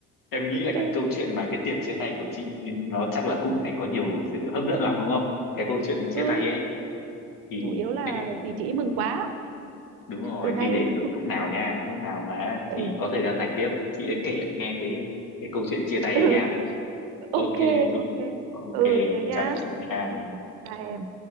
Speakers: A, on the left; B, on the right.
A: em nghĩ là
B: ừ,
A: cái câu chuyện mà cái tiệc chia tay của chị ừ, nó chắc là cũng phải có nhiều sự hấp dẫn lắm đúng không cái câu chuyện chia
B: ừ,
A: tay ấy thì
B: chủ yếu là
A: để
B: vì chị ấy mừng quá
A: đúng rồi
B: từ nay
A: thì để để
B: không
A: lúc nào nha lúc nào mà chị
B: ừ,
A: có thời gian rảnh tiếp chị sẽ kể em nghe cái cái câu chuyện chia tay
B: ừ, <laughs>
A: ấy nha ok
B: ok
A: chị
B: ok
A: ok
B: ừ thế
A: em
B: nhá
A: chào chị nha
B: ừ, bye em.